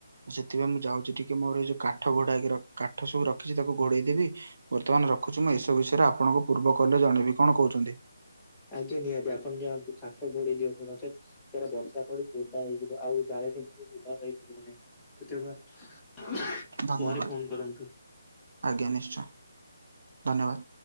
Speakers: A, on the right; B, in the centre.
A: ସେଥିପାଇଁ ମୁଁ ଯାଉଚି ଟିକେ ମୋର ଏଇ ଯୋଉ କାଠ ଘୋଡାହେଇକି ର କାଠ ସବୁ ରଖିଛି ତାକୁ ଘୋଡେଇଦେବି। ବର୍ତ୍ତମାନ ରଖୁଛି ମୁଁ ଏସବୁ ବିଷୟରେ ଆପଣଙ୍କୁ ପୂର୍ବ କଲ୍‌ରେ ଜଣେଇବି କଣ କୋହୁଛନ୍ତି?
B: ଆଜ୍ଞା ନିହାତି ଆପଣ ଯାଆନ୍ତୁ କାଠ ଘୋଡେଇ ଦିଅନ୍ତୁ ନଚେତ୍ ସେରା ବର୍ଷା ପଡି ଓଦା ହେଇଯିବ ଆଉ ଜାଳେଣି ବ୍ୟବହାର ହେଇପାରିବ ନାହିଁ ତ ତେଣୁ ଆ
A: ଧନ୍ୟବାଦ
B: ପରେ ଫୋନ୍ କରନ୍ତୁ।
A: ଆଜ୍ଞା ନିଶ୍ଚୟ ଧନ୍ୟବାଦ୍।